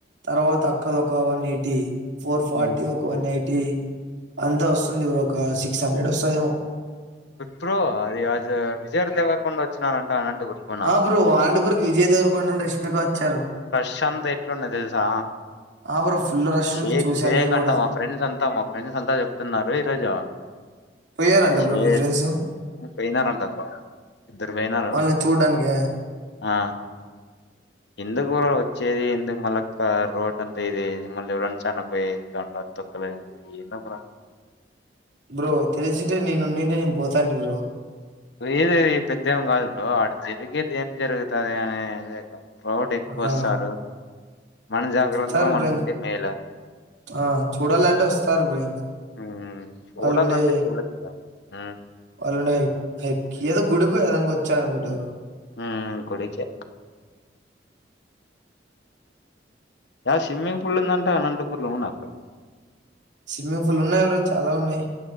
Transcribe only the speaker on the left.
మ్.
బ్రో అది విజయ దేవరకొండ వచ్చినారంట అనంతపూర్ కి అవునా
క్షంత ఎట్లున్నాయి తెలుసా
షేక్
షేక్
అంట
మా ఫ్రెండ్స్ అంత మా ఫ్రెండ్స్ అంతా చెప్తున్నారు ఈరోజు
షే
పోయినారంటప్పు ఇద్దరు పోయినారు
ఆ ఎందుకుర వచ్చేది ఎందుకు మళ్ళక్క రోడ్ అంతా ఇద ఇది మళ్ళీ ఎవరన్నా చన్నపోయేది దం తొక్కలే ఏందో కూడా
పోయేది పెద్దేమి కాదు బ్రో అడ జరిగేది ఏం జరుగుతుంది అనేది క్రౌడ్ ఎక్కువ
వస్తారు మన జాగ్రత్తలో
మనం
ఉంటే మేల
ఉమ్ చూడాలంటే
చూడొచ్చు కదా ఉమ్
ఊ కుడిచే అ షిమ్మింగ్ పూల్ ఉందంట అనంటూ కు లోనక